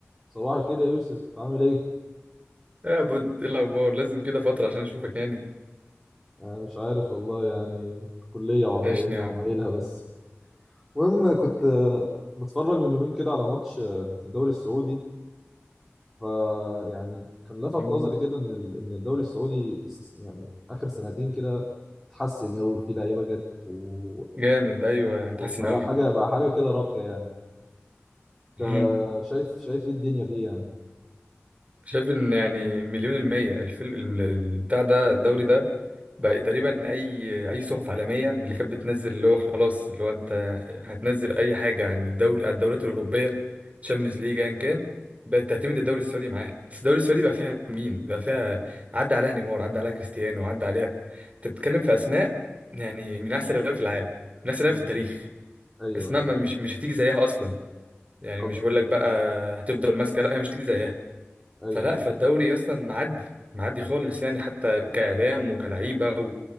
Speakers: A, in the centre; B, on the right.
A: صباح الخير يا يوسف عامل ايه؟
B: يا بود ايه الاخبار لازم كده فتره عشان اشوفك يعني
A: انا مش عارف والله يعني كلية وعملية
B: عيشني يا
A: وعمايلها
B: عم
A: بس المهم كنت آه، بتفرج من يومين كده على ماتش آه، في الدوري السعودي فيعني كان لفت
B: مم.
A: نظري كده ان ال- ان الدوري السعودي الس- يعني اخر سنتين كده اتحسن قوي في لعيبة جت و-
B: جامد ايوه
A: وبقى
B: اتحسن
A: حاجة بقى حاجة كده راقية يعني انت
B: قوي
A: شايف شايف ايه الدنيا فيه يعني؟
B: شايف ان يعني مليون المية الفيلم ال- بتاع ده الدوري ده بقى تقريبا اي اي صحف عالمية من اللي كانت بتنزل اللي هو خلاص اللي هو انت هتنزل اي حاجة عن الدوري عن الدوريات الاوروبية تشامبيونز ليج ايا كان بقت تعتمد الدوري السعودي معاها بس الدوري السعودي بقى فيها مين بقى فيها عدى عليها نيمار عدى عليها كريستيانو عدى عليها انت بتتكلم في اسماء يعني من احسن اللعيبه في العالم من احسن
A: امم
B: اللعيبه في التاريخ
A: ايوه
B: اسماء
A: ايوه
B: ما مش مش هتيجي زيها اصلا يعني
A: طب
B: مش بقول لك بقى هتفضل ماسكه لا هي مش هتيجي زيها
A: ايوه
B: فلا فالدوري اصلا معدي معدي خالص يعني حتى كاعلام وكلعيبه